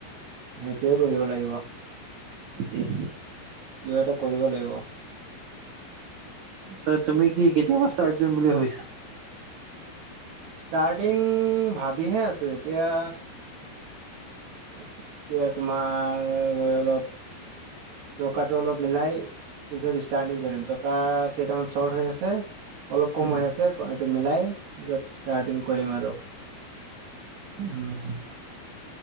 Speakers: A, on the right; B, on the right.
A: সেইটয়ে কৰিব লাগিব।
B: কেতিয়া
A: কিবা এটা কৰিব লাগিব।
B: চ' তুমি কি, কেতিয়াপা ষ্টাৰ্ট কৰিম বুলি ভাবিছা?
A: ষ্টাৰ্টিং ভাবিহে আছোঁ। এতিয়া, এতিয়া, তোমাৰ অলপ, টকাটো অলপ মিলাই পিছত ষ্টাৰ্টিং কৰিম। টকা কেইটামান চৰ্ট হৈ আছে, অলপ কম
B: উম
A: হৈ আছে। এইটো মিলাই, পিছত ষ্টাৰ্টিং কৰিম আৰু।
B: অ' অ'!